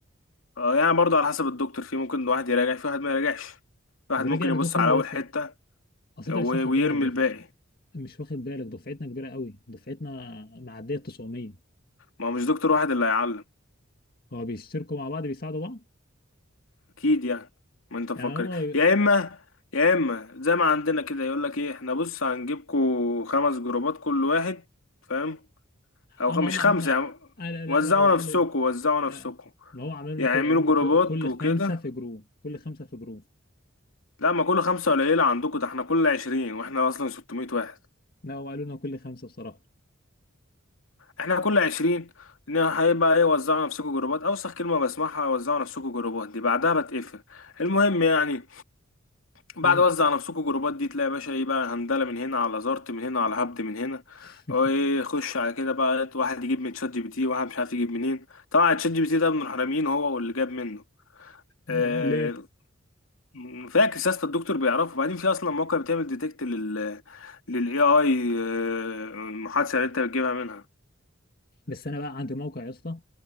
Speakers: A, on the left; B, on the left.
A: آه، يعني برضه على حسب الدكتور في ممكن واحد يراجع في واحد ما يراجعش في واحد
B: بيراجع
A: ممكن
B: لي
A: يبص
B: ده كله
A: على اول
B: يس
A: حته
B: اصل انت
A: و-
B: مش واخد
A: ويرمي
B: بالك دف...
A: الباقي
B: مش واخد بالك دفعتنا كبيره قوي دفعتنا معديه 900
A: ما هو مش دكتور واحد اللي هيعلم
B: هو بيشتركوا مع بعض بيساعدوا بعض
A: اكيد يعني ما انت مفكر
B: يعني هم
A: يا اما يا اما زي ما عندنا كده يقول لك ايه احنا بص هنجيبكوا خمس جروبات كل واحد فاهم او
B: اما
A: خ- مش
B: هم
A: خمسه
B: قالوا لنا
A: يعني
B: آه لا لا
A: وزعوا
B: لا وقالوا
A: نفسكم وزعوا
B: آه،
A: نفسكم
B: ما هو عملوا لنا
A: يعني
B: كده
A: اعملوا
B: قالوا لنا
A: جروبات
B: ك- كل
A: وكده
B: خمسه في جروب كل خمسه في جروب
A: لا ما كل خمسه قليله عندكم ده احنا كل عشرين واحنا اصلا 600 واحد
B: لا هو قالوا لنا كل خمسه بصراحه
A: احنا كل عشرين ان هيبقى ايه وزعوا نفسكم جروبات اوسخ كلمه بسمعها وزعوا نفسكم جروبات دي بعدها بتقفل المهم يعني بعد
B: مم.
A: وزع نفسكوا جروبات دي تلاقي يا باشا ايه بقى هندله من هنا على زارت من هنا على هبد من هنا
B: <laughs>
A: وايه خش على كده بقى واحد يجيب من تشات جي بي تي واحد مش عارف يجيب منين طبعا تشات جي بي تي ده من الحراميين هو واللي جاب منه
B: ليه
A: آه، م- فاكر سياسة الدكتور بيعرفه بعدين في اصلا موقع بتعمل ديتكت لل للاي اي المحادثه اللي انت بتجيبها منها
B: بس انا بقى عندي موقع يا اسطى